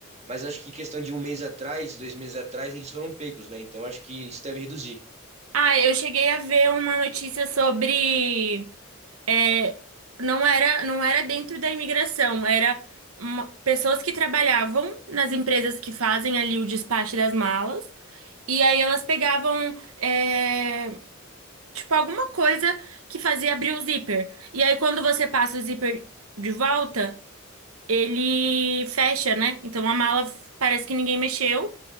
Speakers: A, on the right; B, on the right.
A: mas acho que questão de um mês atrás, dois meses atrás, eles foram pegos, né? Então acho que isso deve reduzir.
B: Ah, eu cheguei a ver uma notícia sobre, é, não era, não era dentro da imigração, era uma- pessoas que trabalhavam nas empresas que fazem ali o despacho das malas, e aí elas pegavam, é, tipo, alguma coisa que fazia abrir o zíper. E aí quando você passa o zíper de volta, ele fecha, né? Então a mala parece que ninguém mexeu.